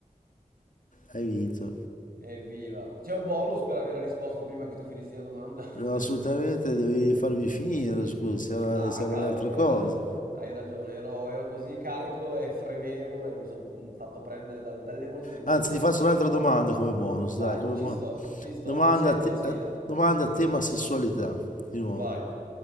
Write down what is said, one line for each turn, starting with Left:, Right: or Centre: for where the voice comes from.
Left: Hai vinto.
Right: Evviva. C'è un bonus per aver risposto prima che tu finissi la domanda. <laughs>
Left: No, assolutamente devi farmi finire, scusa, c'erano
Right: Ah,
Left: c'erano
Right: cavoli,
Left: le altre cose.
Right: hai ragione, hai ragione, ero, ero così carico e fremevo e mi sono fatto prendere dal- dall'emozione.
Left: Anzi, ti faccio un'altra domanda come bonus,
Right: Vai,
Left: dai, come
Right: ci
Left: bonus.
Right: sto, ci sto,
Left: Domanda,
Right: accetto
Left: a te-
Right: la sfida.
Left: a- domanda a tema sessualità, di nuovo.
Right: Vai.